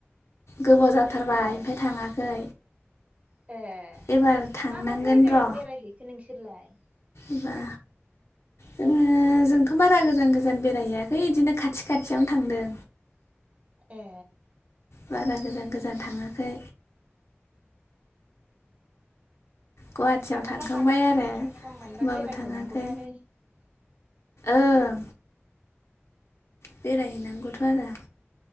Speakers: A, on the left (about 75°); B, on the right (about 30°).
A: गोबाव जाथारबाय
B: ए
A: ओमफाय थाङाखै।
B: ए
A: एबार थांनांगोन
B: मा - मा जायगायाव
A: र'
B: बेरायहैखो नोंसोरलाय?
A: एबा जोङो जोंथ' बारा गोजान- गोजान बेरायहैयाखै बिदिनो खाथि खाथियावनो थांदों।
B: ए।
A: बारा गोजान- गोजान थाङाखै। गुवाहाटियाव
B: मालाबा
A: थांखांबाय
B: मालाबा
A: आरो
B: सम
A: होमबाबो
B: सम सम मोनबा बेरायहैनांगौहाय
A: थाङाखै। ओं। बेरायहैनांगौथ' आरो